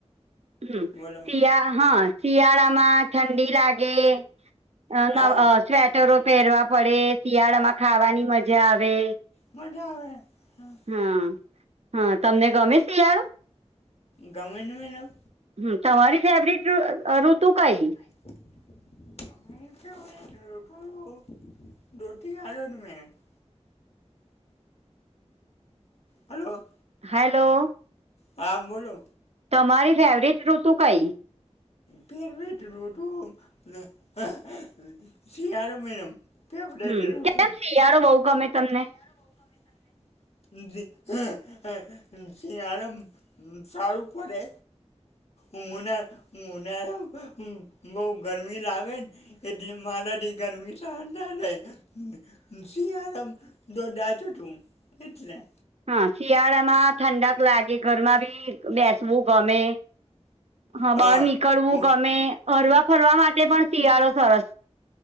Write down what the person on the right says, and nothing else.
હમ
શિયા હા શિયાળામાં ઠંડી લાગે. હ નવ
અ સ્વેટરો પેરવા પળે શિયાળામાં ખાવાની મજા આવે.
હં હં તમને ગમે શિયાળુ?
હમ્મ તમારી ફેવરિટ અ ઋતુ કઈ?
હાલો.
તમારી ફેવરિટ ઋતુ કઈ?
હમ્મ,
કેમ શિયાળો બોવ ગમે તમને?
હા શિયાળામાં ઠંડક લાગે ઘરમાં બી બેસવું ગમે. હ
બહાર નીકળવું
ગમે ફરવા ફરવા માટે પણ શિયાળો સરસ.